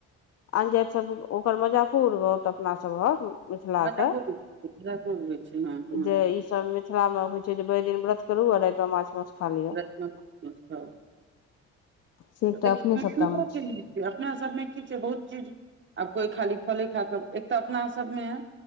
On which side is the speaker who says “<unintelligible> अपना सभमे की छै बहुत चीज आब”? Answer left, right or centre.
Right